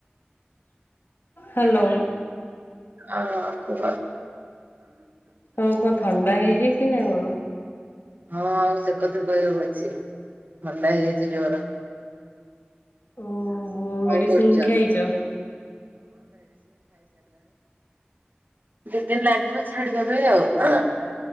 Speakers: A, on the left; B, on the right.
A: ହାଲୋ।
B: ଅଁ- କୁହ।
A: ତମୁକୁ କଣ ଥଣ୍ଡା ହେଇଯାଇଚି ନା କଣ?
B: ହଁ ଆଉ ସେ କଥା କହିବାକୁ ଅଛି ଥଣ୍ଡା ହେଇଯାଇଚି ଜୋର।
A: ଓହୋ
B: କଣ୍
A: ମେଡିସିନ
B: କରୁଚ?
A: ଖାଇଛ?
B: ଦି ଦିନ୍ ଲାଗିବ ଛାଡିବା ପାଇଁ ଆଉ।